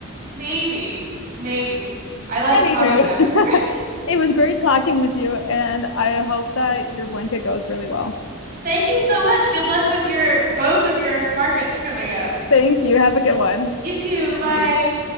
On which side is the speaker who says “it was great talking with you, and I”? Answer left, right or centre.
Left